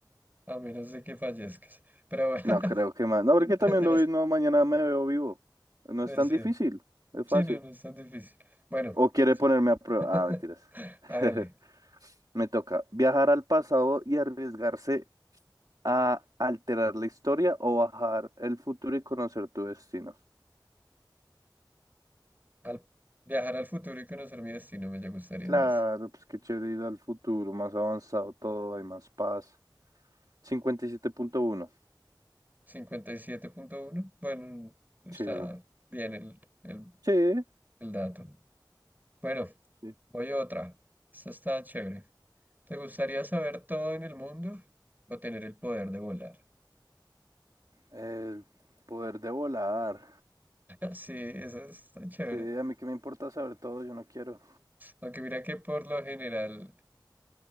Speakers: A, on the right; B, on the right.
A: a menos de que fallezcas. Pero bueno,
B: No creo que más. No, porque
A: <laughs>
B: también
A: el de
B: lo
A: las-
B: vi, no, mañana me veo vivo. No
A: pues
B: es tan
A: sí.
B: difícil, es
A: Sí,
B: fácil.
A: no, no es tan difícil. Bueno,
B: O quiere
A: sí.
B: ponerme a prueba.
A: <laughs>
B: Ah, mentiras. <laughs>
A: Hágale.
B: Me toca viajar al pasado y arriesgarse a alterar la historia o bajar el futuro y conocer tu destino.
A: Al viajar al futuro y conocer mi destino me ya gustaría
B: Claro,
A: más.
B: pues qué chévere ir al futuro, más avanzado todo, hay más paz. cincuenta y siete punto uno
A: 57.1. Bueno, está
B: Sí, bro.
A: bien el, el,
B: Sí.
A: el dato. Bueno,
B: Sí.
A: voy a otra. Esta está chévere. ¿Te gustaría saber todo en el mundo o tener el poder de volar?
B: El poder de volar.
A: <laughs> Sí, esa está chévere.
B: Sí, a mí que me importa saber todo, yo no quiero.
A: Aunque mira que por lo general